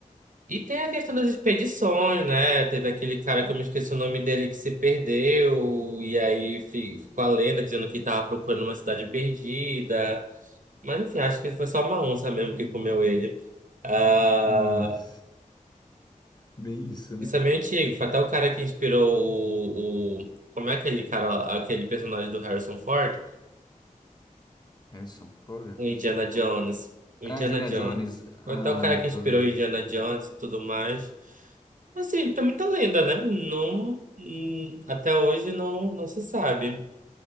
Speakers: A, on the right; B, on the left.
A: E tem a questão das expedições, né? Teve aquele cara que eu me esqueci o nome dele que se perdeu, e aí fi- ficou a lenda dizendo que estava procurando uma cidade perdida. Mas enfim, acho que foi só uma onça mesmo que comeu ele. Ah,
B: Nossa, bem isso, né?
A: Isso é meio antigo. Foi até o cara que inspirou o, o... Como é aquele cara, lá, aquele personagem do Harrison Ford?
B: Harrison Ford?
A: O Indiana Jones.
B: Co- co-
A: O
B: Ah,
A: Indiana
B: Indiana
A: Jones.
B: Jones. Ah,
A: Foi até o cara que
B: tô
A: inspirou
B: ligado.
A: o Indiana Jones e tudo mais. Assim, tá muita lenda, né? Não, hum, até hoje não, não se sabe.